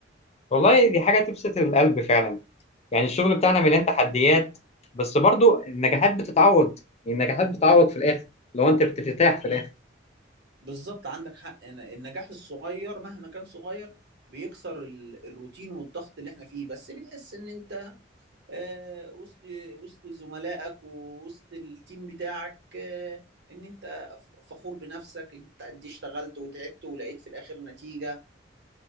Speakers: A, on the left; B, on the right.
A: والله دي حاجه تبسط القلب فعلا يعني الشغل بتاعنا مليان
B: مم.
A: تحديات بس برضو النجاحات بتتعوض النجاحات بتتعوض في الاخر لو انت بترتاح في الاخر
B: بالظبط عندك حق إن- النجاح الصغير مهما كان صغير بيكسر ال- الروتين والضغط اللي احنا فيه بس بتحس ان انت آه، وسط وسط زملائك ووسط التيم بتاعك آه، ان انت ف- فخور بنفسك انت قد إيه اشتغلت وتعبت ولقيت في الاخر نتيجة